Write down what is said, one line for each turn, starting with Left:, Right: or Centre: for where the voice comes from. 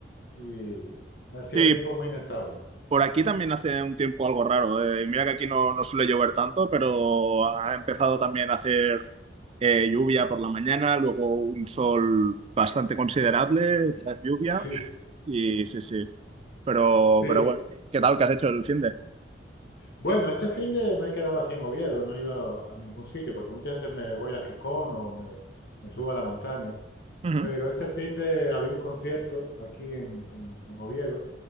Left: y así
Right: Sí,
Left: el tiempo es muy inestable.
Right: por aquí también hace un tiempo algo raro. eh, y mira que aquí no, no suele llover tanto, pero ha empezado también a hacer eh, lluvia por la mañana, luego un sol bastante considerable, otra vez lluvia.
Left: <laughs> Sí,
Right: Y sí, sí. Pero,
Left: sí.
Right: pero bueno, ¿qué tal? ¿Qué has hecho el fin de?
Left: Bueno, este fin de me he quedado aquí en Oviedo, no he ido a, a ningún sitio porque muchas veces me voy a Gijón o me, me subo a la montaña,
Right: Ujú,
Left: pero este fin de había un concierto aquí en en- en Oviedo.